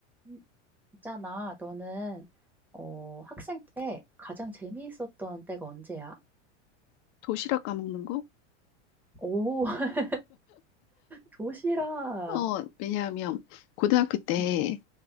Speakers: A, in the centre; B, on the left.
A: 음, 있잖아, 너는 어, 학생 때 가장 재미있었던 때가 언제야?
B: 도시락 까먹는 거?
A: 오, <laughs> 도시락.
B: 어, 왜냐하면 고등학교 때
A: 응,